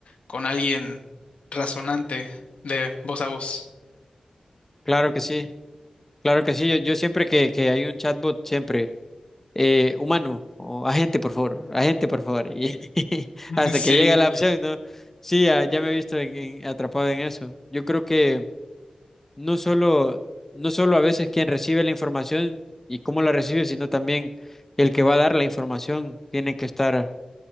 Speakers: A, on the left; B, on the left.
A: con alguien razonante de voz a voz.
B: Claro que sí, claro que sí. Yo, yo siempre que, que hay un chatbot, siempre eh, humano o agente, por favor, agente, por favor. Y <laughs>
A: <laughs>
B: hasta
A: Sí,
B: que llega la opción, ¿no? Sí, ya, ya me he visto en- en- atrapado en eso. Yo creo que no solo, no solo a veces quien recibe la información y cómo la recibe, sino también el que va a dar la información tiene que estar,